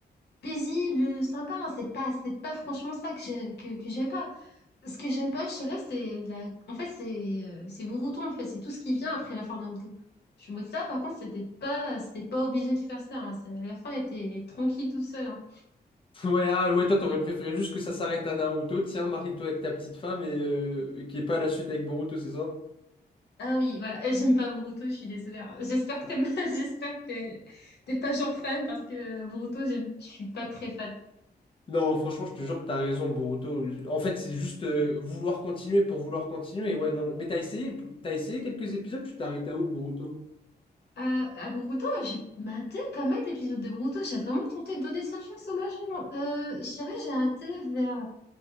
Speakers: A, on the left; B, on the left.
A: paisible, sympa. C'est pas, c'est pas franchement ça que j'ai- que, que j'aime pas. Ce que j'aime pas, je dirais, c'est la... En fait, c'est euh, c'est Boruto, en fait. C'est tout ce qui vient après la fin de Naruto. Je suis en mode ça, par contre, c'était pas, c'était pas obligé de faire ça. hein. C'est- La fin était tranquille toute seule. hein.
B: <laughs> Ouais, ah, ouais, toi, t'aurais préféré juste que ça s'arrête à Naruto, tiens, marie-toi avec ta petite femme et, euh, et qu'il n'y ait pas la suite avec Boruto, c'est ça?
A: Ah oui, voilà. <laughs> Euh, J'aime pas Boruto, je suis désolée. hein. J'espère que t'aimes, <laughs> j'espère que t'es, t'es pas genre fan parce que Boruto, j'aime- je suis pas très fan.
B: Non, franchement, je te jure que t'as raison, Boruto. En fait, c'est juste euh, vouloir continuer pour vouloir continuer, ouais, non. Mais t'as essayé, t'as essayé quelques épisodes, tu t'arrêtes à où, Boruto?
A: Euh, à Boruto, j'ai maté pas mal d'épisodes de Boruto. J'ai vraiment tenté de donner sa chance au machin. Euh, je dirais, j'ai arrêté vers